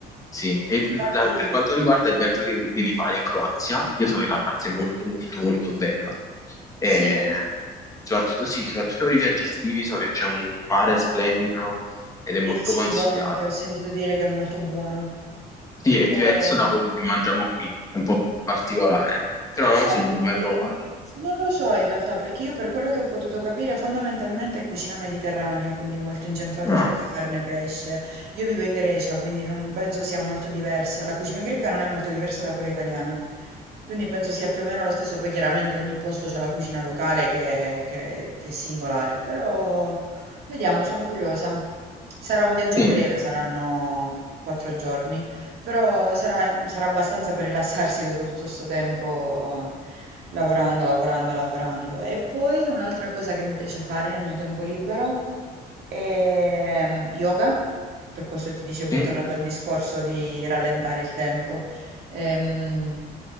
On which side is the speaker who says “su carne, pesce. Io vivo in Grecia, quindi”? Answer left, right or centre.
Right